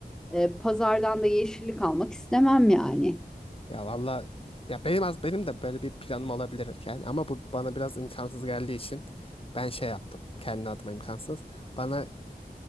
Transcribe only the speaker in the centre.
e, pazardan da yeşillik almak istemem yani.